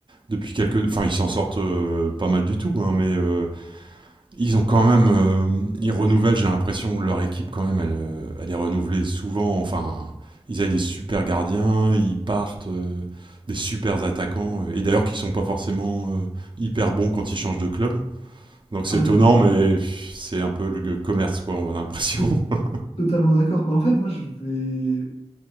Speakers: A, on the right; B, on the left.
A: depuis quelques... Enfin, ils s'en sortent euh, pas mal du tout, hein, mais... euh, Ils ont quand même, euh, ils renouvellent. J'ai l'impression que leur équipe quand même, elle, euh, elle est renouvelée souvent. Enfin, ils avaient des super gardiens, ils partent, euh, des super attaquants, euh, et d'ailleurs qui sont pas forcément euh, hyper bons quand ils changent de club. Donc c'est
B: ah,
A: étonnant,
B: je suis
A: mais pff, c'est un peu le commerce quoi, on a l'impression.
B: to-
A: <laughs>
B: totalement d'accord. Bah, en fait, moi, je vais.